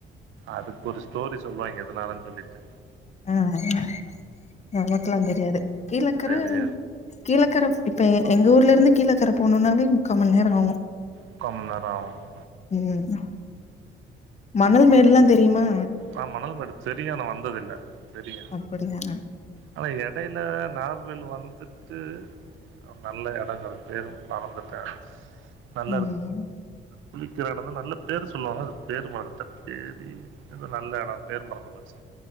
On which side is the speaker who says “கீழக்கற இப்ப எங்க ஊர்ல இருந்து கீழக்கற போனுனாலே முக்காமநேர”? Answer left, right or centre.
Left